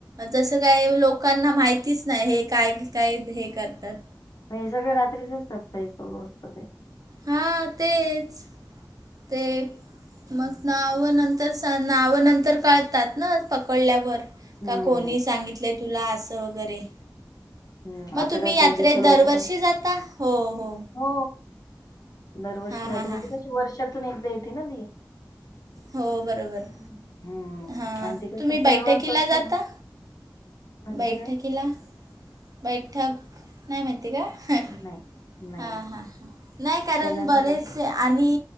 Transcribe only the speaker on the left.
म हे सगळ रात्रीचच सफई सत
हम्म
हम्म
आता
काय
पोलिस लोक
पण
हो दरवर्षी
जातो
मग त कशी वर्षातून एकदा येते ना ती
हम्म हम्म.
आणि ते कसं
फेमस
असल्यामुळे
म्हणजे
काय
नाही नाही
त्याला नाही
जाते